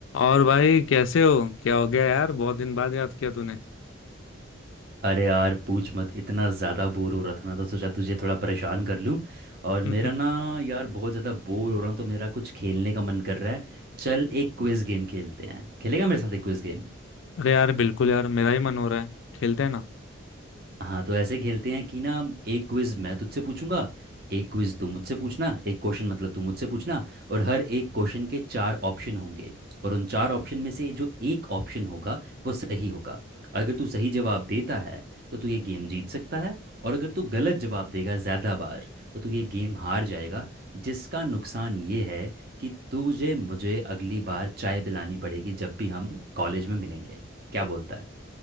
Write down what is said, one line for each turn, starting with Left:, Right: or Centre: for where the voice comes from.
Left: और भाई कैसे हो क्या हो गया यार बहुत दिन बाद याद किया तूने
Right: अरे यार पूछ मत इतना ज़्यादा बोर हो रहा था ना तो सोचा तुझे थोड़ा परेशान कर लूँ और
Left: <laughs>
Right: मेरा ना यार बहुत ज़्यादा बोर हो रहा हूँ तो मेरा कुछ खेलने का मन कर रहा है चल एक क्विज़ गेम खेलते हैं खेलेगा मेरे साथ एक क्विज़ गेम
Left: अरे यार बिल्कुल यार मेरा ही मन हो रहा है खेलते हैं ना
Right: हाँ तो ऐसे खेलते हैं कि ना एक क्विज मैं तुझसे पूछूंगा एक क्विज तू मुझसे पूछना एक क्वेश्चन मतलब तू मुझसे पूछना और हर एक क्वेश्चन के चार ऑप्शन होंगे और उन चार ऑप्शन में से जो एक ऑप्शन होगा वो सही होगा और अगर तू सही जवाब देता है तो तू ये गेम जीत सकता है और अगर तू गलत जवाब देगा ज़्यादा बार तो तू ये गेम हार जाएगा जिसका नुकसान ये है कि तुझे मुझे अगली बार चाय पिलानी पड़ेगी जब भी हम कॉलेज में मिलेंगे क्या बोलता है